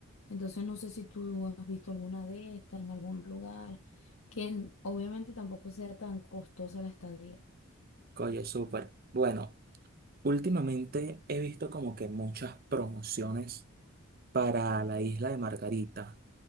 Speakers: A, on the left (about 80°); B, on the right (about 45°).
A: Entonces no sé si tú has visto alguna de estas en algún lugar, que en- obviamente tampoco sea tan costosa la estadía,
B: Oye, súper. Bueno, últimamente he visto como que muchas promociones para la isla de Margarita.